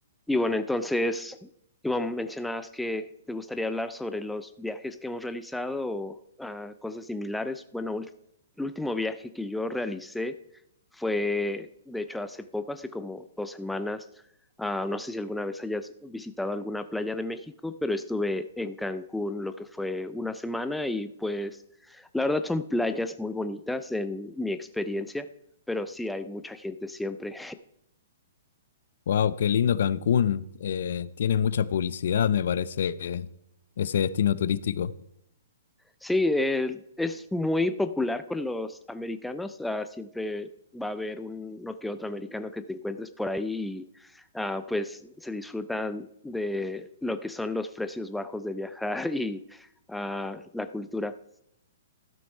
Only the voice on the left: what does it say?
Wow, qué lindo Cancún. Eh, tiene mucha publicidad, me parece, eh, ese destino turístico.